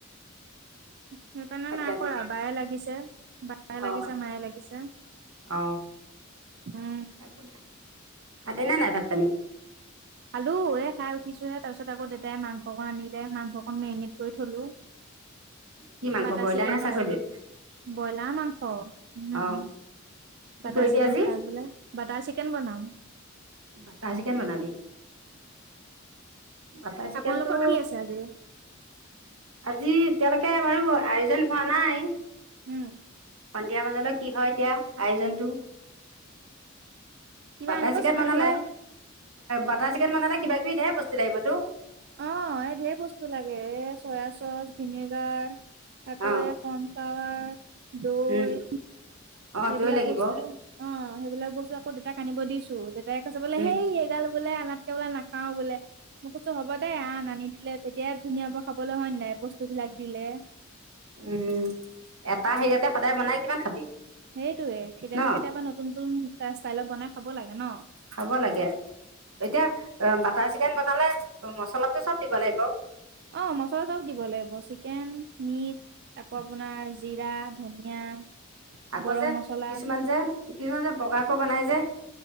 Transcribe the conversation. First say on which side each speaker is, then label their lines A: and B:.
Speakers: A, on the right; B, on the right.
A: সেইকাৰণে
B: তাকেতো
A: নাই কৰা বায়ে লাগিছে, বায়ে লাগিছে,
B: অ
A: মায়ে লাগিছে।
B: অ অ
A: উম।
B: একো নাই। খালি নে নাই ভাত পানী?
A: খালো এ খাই উঠিছোহে তাৰ পিছত আকৌ দেউতাই মাংস অকন আনিলে মাংসকন মেৰিনেট কৰি থ'লো। <inaudible>
B: কি মাংস
A: বাটাৰ
B: ব্ৰইলাৰ
A: চিকেন
B: নে
A: ফ্ৰাই
B: ছাগলী?
A: কল, ব্ৰইলাৰ মাংস উম।
B: অ কি
A: বাটাৰ
B: কৰিবি
A: চিকেন
B: আজি?
A: খাই বোলে, বাটাৰ চিকেন বনাও।
B: বটাৰ চিকেন বনাবি? বাটাৰ চিকেনটো
A: আপোনালোকৰ কি আছে আজি
B: আজি এতিয়ালৈকে বাৰু আয়োজন হোৱা নাই
A: উম
B: সন্ধিয়া মানলৈ কি হয় এতিয়া আয়োজনটো।
A: কিবা
B: বাটাৰ
A: আনিব
B: চিকেন
A: চাগে
B: বনালে,
A: খুৰাই
B: বাটাৰ চিকেন বনালে কিবা কিব বি ধেই বস্তু লাগিবতো।
A: অ এই ধেই বস্তু লাগে। এ চয়া-চচ, ভিনেগাৰ আকৌ
B: অ
A: এই কৰ্ণফ্লৰ, দৈ।
B: উম অ
A: সেইবিলাক
B: দৈ লাগিব
A: বস্তু অ সেইবিলাক বস্তু আকৌ দেউতাক আনিব দিছো দেতাইক কৈছে বোলে
B: উম
A: হেই এইগাল বোলে আনাতকে বোলে নাখাও বোলে। মই কৈছো হ'ব দে আন আনি দিলে তেতিয়াহে ধুনীয়া হ'ব খাবলে হয় নাই বস্তুবিলাক দিলে।
B: উমজ এটা
A: তাৰ
B: হেটাতে
A: পিছত
B: সদায় বোনাই কিমান খাবি।
A: সেইটোয়ে কেতিয়াবা
B: ন
A: কেতিয়াবা নতুন-নতুন ষ্টাইলত বনাই খাব লাগে ন।
B: খাব লাগে। এতিয়া বাটাৰ চিকেন বনালে মচলাটো চব দিব লাগিব।
A: অ' মছলা চাব দিব লাগিব চিকেন, মিট আকৌ আপোনাৰ জিৰা, ধনিয়া।
B: আকৌ
A: গৰম
B: যে
A: মছলা
B: কিছুমান, যে কিছুমান যে বগাকে বনাই যে।